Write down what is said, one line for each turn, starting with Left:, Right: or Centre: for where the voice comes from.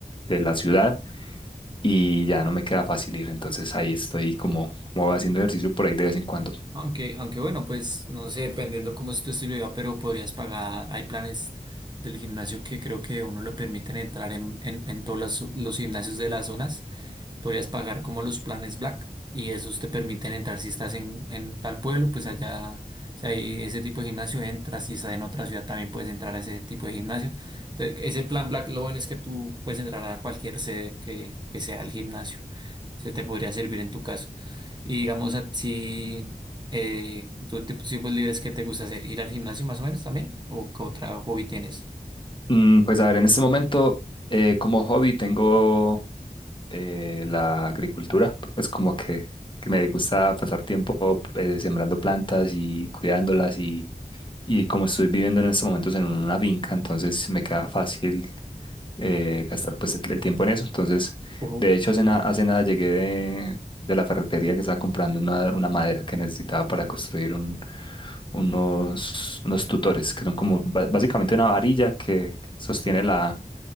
Left: de la ciudad y ya no me queda fácil ir. Entonces ahí estoy como, como haciendo ejercicio por ahí de vez en cuando.
Right: Aunque, aunque bueno, pues no sé, dependiendo cómo es tu estilo de vida, pero podrías pagar, hay planes del gimnasio que creo que uno lo permiten entrar en, en, en todos los, los gimnasios de las zonas podrías pagar como los planes Black y esos te permiten entrar si estás en, en tal pueblo, pues allá, si hay ese tipo de gimnasio, entras, si estás en otra ciudad también puedes entrar a ese tipo de gimnasio. Entonces, ese plan Black lo bueno es que tú puedes entrar a cualquier sede que, que sea el gimnasio. Se te podría servir en tu caso. Y digamos, a ti, eh, tú en tus tiempos libres, ¿qué te gusta hacer? ¿Ir al gimnasio más o menos también? ¿O qué otro hobby tienes?
Left: Mm, pues a ver, en este momento eh, como hobby tengo eh, la agricultura, pues como que, que me gusta pasar tiempo eh, sembrando plantas y cuidándolas y, y como estoy viviendo en estos momentos en una finca, entonces me queda fácil. eh, gastar pues el, el tiempo en eso. Entonces,
Right: Uf,
Left: de hecho, hace, na- hace nada llegué de, de la ferretería que estaba comprando una, una madera que necesitaba para construir un, unos, unos tutores, que son como ba- básicamente una varilla que sostiene la,